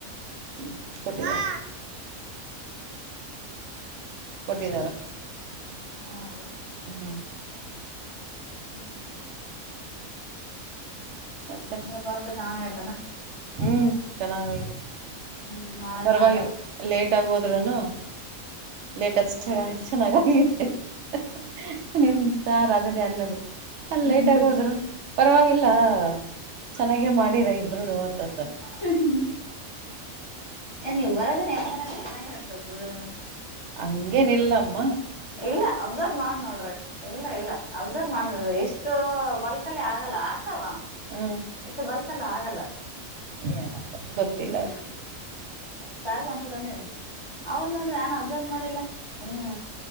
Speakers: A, on the right (about 65°); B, on the left (about 40°).
A: ಹ್ಮ್ ಕೊಟ್ಟಿದಾರೆ ಕೊಟ್ಟಿದಾರ
B: <unintelligible>
A: ಹ್ಮ್
B: ಮತ್ತ
A: ಮತ್ತೆ
B: ಇವತ್ ವರ್ಕ್ ಚೆನ್ನಾಗ್ ಆಯ್ತಲ್ಲಾ
A: ಹ್ಮ್ ಚೆನ್ನಾಗಾಗಿ
B: ಹ್ಞೂ ನಾಳೆನ
A: ಪರವಾಗಿಲ್ಲ
B: ಅಲ್ಲೇ
A: ಲೇಟ್ ಆಗ ಹೋದ್ರುನು ಲೇಟ್ಷ್ಟ
B: ಹೌದು
A: ಚೆನ್ನಾಗಿದೆ <unintelligible> ನಿಮ್ ಸಾರ್ ಅದನ್ನೇ ಅನ್ನೋದು ಅಲ್
B: ಹ್ಞೂ
A: ಲೇಟ್ ಆಗ್ ಹೋದ್ರು ಪರವಾಗಿಲ್ಲ ಚೆನ್ನಾಗೆ ಮಾಡಿರ ಇಬ್ಬರು ಅಂತ ಅಂತಾರೆ
B: ಹ್ಮ್ ಹ್ಮ್ ಏ ನೀವು ಬರೋದೇ ಹೆಂಗನಾಗ ಚೆನ್ನಾಗಿ ಆಗ್ತದ ಬುಡ್ರಿ ಮೇಡಮ್
A: ಹಂಗೇನಿಲ್ಲಮ
B: ಇಲ್ಲ ಅಬ್ಸರ್ವ್ ಮಾಡ್ ನೋಡ್ರಿ ಇಲ್ಲ ಇಲ್ಲ ಅಬ್ಸರ್ವ್ ಮಾಡ್ ನೋಡ್ರಿ ಇಷ್ಟು ಬಲ್ಕ ಅಲ್ಲಿ ಆಗಲ್ಲ ಆಗ್ತಾವ
A: ಹ್ಮ್
B: ಎಷ್ಟು ಬಲ್ಕ್ ಅಲ್ಲಿ ಆಗಲ್ಲ
A: ಏನಪ್ಪ ಗೊತ್ತಿಲ್ಲ
B: ಹ್ಮ್
A: ಅದು
B: ಸಾರ್ಗು ಒಂದ್ಸತಿ ಅಂದಿನಿ ಅವ್ರ್ ನೋಡ್ದ್ರೆ ಯಾನು ಅಬ್ಸರ್ವ್ ಮಾಡಿಲ್ಲ ಇನ್ನು